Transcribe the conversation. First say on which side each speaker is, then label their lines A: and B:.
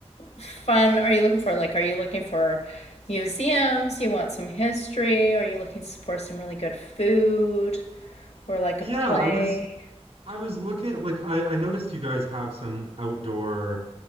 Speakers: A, on the left; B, on the right.
A: fun are you looking for? Like, are you looking for museums? You want some history? Are you looking s- for some really good food or like
B: Yeah,
A: a play?
B: I was I was looking at like I, I noticed you guys have some outdoor